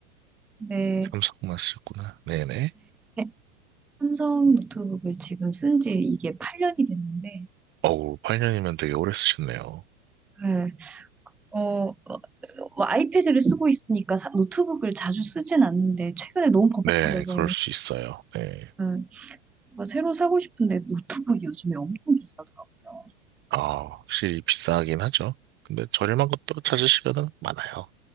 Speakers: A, in the centre; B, on the right.
A: 근데
B: 삼성만 쓰셨구나. 네네.
A: 네, 삼성 노트북을 지금 쓴지 이게 8년이 됐는데,
B: 어우, 8년이면 되게 오래 쓰셨네요.
A: 네, 어, 어, 뭐 아이패드를 쓰고 있으니까 사- 노트북을 자주 쓰진 않는데 최근에 너무 버벅거려서
B: 네, 그럴 수 있어요. 네.
A: 네, 뭐 새로 사고 싶은데 노트북이 요즘에 엄청 비싸더라고요.
B: 아, 확실히 비싸긴 하죠. 근데 저렴한 것도 찾으시면 많아요.